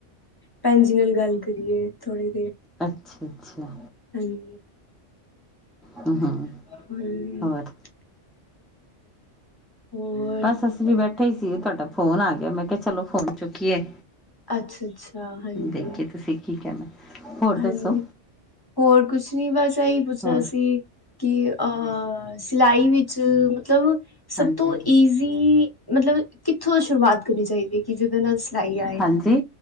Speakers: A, on the left; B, in the centre.
A: ਭੈਣ ਜੀ ਨਾਲ ਗੱਲ ਕਰੀਏ ਥੋੜੇ
B: ਅੱਛਾ ਅੱਛਾ।
A: ਹਾਂਜੀ। <inaudible>
B: ਹਮ ਹਮ ਹੋਰ
A: ਹੋਰ
B: ਬਸ ਅੱਸੀ ਵੀ ਬੈਠੇ ਹੀ ਸੀ। ਤੁਹਾਡਾ ਫੋਨ ਆ ਗਿਆ, ਮੈਂ ਕਿਹਾ ਚਲੋ ਫੋਨ ਚੁੱਕੀਏ।
A: ਅੱਛਾ- ਅੱਛਾ ਹਾਂਜੀ।
B: ਦੇਖੀ ਤੁਸੀਂ ਕੀ ਕਹਿਣਾ ਹੋਰ
A: ਹਾਂਜੀ
B: ਦੱਸੋ
A: ਹੋਰ ਕੁਛ ਨੀ ਬਸ, ਇਹੀ ਪੁੱਛਣਾ
B: ਹੋਰ
A: ਸੀ ਕਿ ਅਹ ਸਿਲਾਈ ਵਿੱਚ ਮਤਲਬ ਸਭ
B: ਹਾਂਜੀ
A: ਤੋਂ ਈਜ਼ੀ ਮਤਲਬ ਕਿੱਥੋਂ ਸ਼ੁਰੂਆਤ ਕਰਨੀ ਚਾਹੀਦੀ ਹੈ, ਕਿ ਜਿਹਦੇ ਨਾਲ ਸਿਲਾਈ ਆਏ,
B: ਹਾਂਜੀ